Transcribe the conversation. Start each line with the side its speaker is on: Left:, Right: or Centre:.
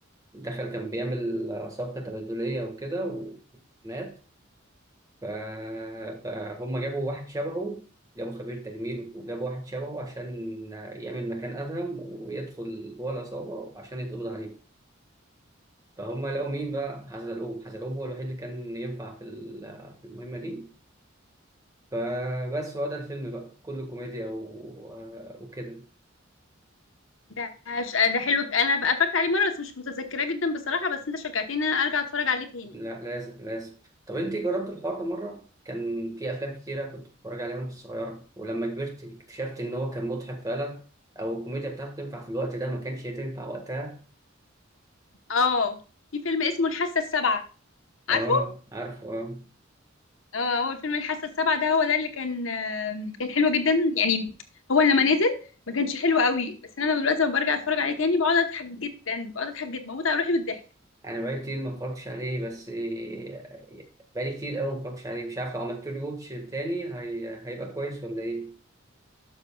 Right: دخل كان بيعمل صفقة تبادلية وكده ومات ف... فهم جابوا واحد شبهه جابوا خبير تجميل وجابوا واحد شبهه عشان يعمل مكان أدهم ويدخل جوه العصابة عشان يتقبض عليه فهم لقوا مين بقى حزلقوم حزلقوم هو الوحيد اللي كان ينفع في ال- في المهمة دي فبس هو ده الفيلم بقى كله كوميديا و... آه، وكده
Left: ده ده حلو انا بقى اتفرجت عليه مره بس مش متذكراه جدا بصراحه بس انت شجعتني ان انا ارجع اتفرج عليه تاني
Right: لا لازم لازم طب انت جربت الحوار ده مره كان في افلام كتيره كنت بتتفرج عليها وانت صغيره ولما كبرت اكتشفت ان هو كان مضحك فعلا او الكوميديا بتاعته تنفع في الوقت ده ما كانش تنفع وقتها
Left: اه في فيلم اسمه الحاسة السابعة عارفه
Right: اه عارفه اه
Left: اه هو فيلم الحاسة السابعة ده هو ده اللي كان آه، كان حلو جدا يعني هو لما نزل ما كانش حلو قوي بس انا لما دلوقتي لما برجع اتفرج عليه تاني بقعد اضحك جدا بقعد اضحك جدا بموت على روحي من الضحك
Right: انا بقالي كتير ما اتفرجتش عليه بس إيه، بقالي كتير قوي ما اتفرجتش عليه مش عارف لو عملت له واتش تاني هي... هيبقى كويس ولا ايه